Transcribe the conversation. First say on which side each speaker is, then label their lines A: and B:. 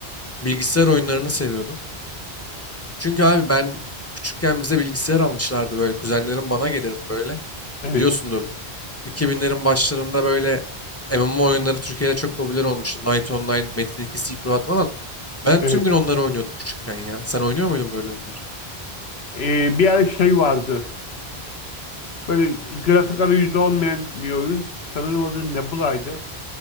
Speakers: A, on the left; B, on the left.
A: bilgisayar oyunlarını seviyordum. Çünkü abi ben küçükken bize bilgisayar almışlardı böyle. Kuzenlerim bana gelirdi böyle.
B: Evet.
A: Biliyorsundur 2000'lerin başlarında böyle MMO oyunları Türkiye'de çok popüler olmuştu. Knight Online, Metin 2, Silk Road falan. Ben
B: Evet.
A: tüm gün onları oynuyordum küçükken ya. Sen oynuyor muydun böyle oyunları?
B: Ee, bir ara şey vardı. Böyle grafik arayüzü olmayan bir oyun. Sanırım adı Nebula'ydı.